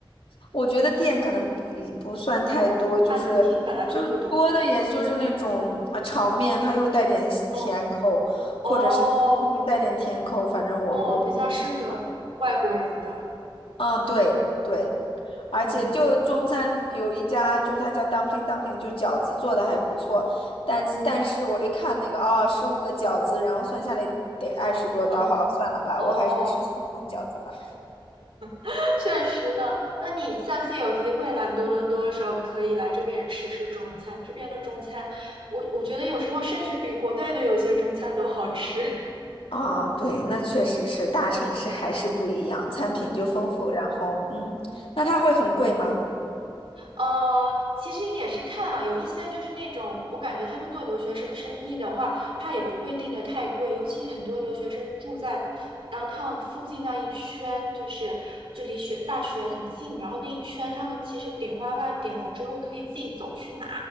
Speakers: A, on the left; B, on the right.
A: 我觉得店可能不不算太多，
B: 嗯，
A: 就是就是多的，
B: 餐厅本来就不多。
A: 也就是那种啊炒面，它又带点西甜口，
B: 嗯，哦，
A: 或者是饭又带点甜口，反正我我不太喜欢。
B: 哦，比较适合外国人的。
A: 嗯，对对，而且就中餐有一家，
B: 嗯
A: 就是它叫 dumpling dumpling，就饺子做的还不错，
B: 嗯嗯
A: 但但是我一看那个哦，
B: 嗯
A: 十五个饺子，然后算下来得二十多刀，
B: 嗯，
A: 好，算了吧，
B: 哦，
A: 我还是吃速冻饺子吧。
B: <laughs> 确实呢。那你下次有机会来多伦多的时候，可以来这边吃吃中餐。这边的中餐，我我觉得有时候甚至比国内的有一些中餐都好吃。
A: 啊，对，那确实是大城市还是不一样，
B: <laughs> 嗯，
A: 餐品就丰富，
B: 嗯。
A: 然后嗯，那它会很贵吗？
B: 呃，其实也是看了，有一些就是那种，我感觉他是做留学生生意的话，他也不会定的太贵，尤其很多留学生住在 downtown 附近那一圈，就是就离学大学很近，然后那一圈他们其实点外卖点了之后可以自己走去拿，